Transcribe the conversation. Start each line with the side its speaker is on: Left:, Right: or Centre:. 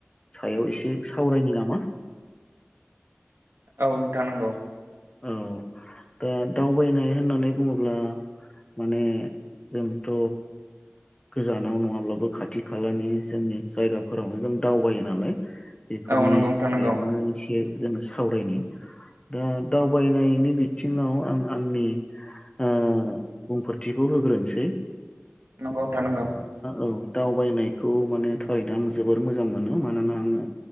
Left: सायाव एसे सावरायनि नामा
Right: औ नोंथां नंगौ
Left: औ। दा दावबायनाय होननानै बुङोब्ला माने जोंथ'। गोजानाव नङाब्लाबो खाथि खालानि जोंनि जायगाफोरावनो जों दावबायो नालाय बेफोरनि
Right: औ नंगौ नोंथां
Left: सायावनो
Right: नंगौ
Left: एसे जोङो सावरायनि। दा दावबायनायनि बिथिङाव आं आंनि। ओ बुंफोरथिखौ होग्रोनोसै
Right: नंगौ नोंथां नंगौ
Left: औ। दावबायनायखौ माने थारैनो आं जोबोर मोजां मोनो मानोना आङो।